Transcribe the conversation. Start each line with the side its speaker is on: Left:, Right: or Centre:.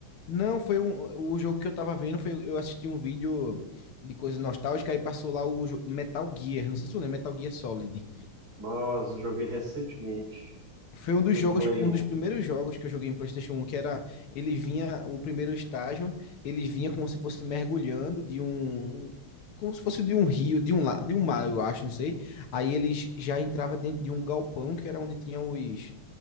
Left: Não, foi um, o jogo que eu tava vendo, foi, eu assisti um vídeo de coisa nostálgica, aí passou lá o jo- Metal Gear, não sei se tu lembra, Metal Gear Solid.
Right: Nossa, eu joguei recentemente.
Left: Foi um dos
Right: O
Left: jogos,
Right: de Play
Left: um
Right: 1.
Left: dos primeiros jogos que eu joguei em PlayStation 1, que era ele vinha, o primeiro estágio, ele vinha como se fosse mergulhando de um, um- como se fosse de um rio, de um, la- de um mar, eu acho, não sei. Aí ele j- já entrava dentro de um galpão que era onde tinham os,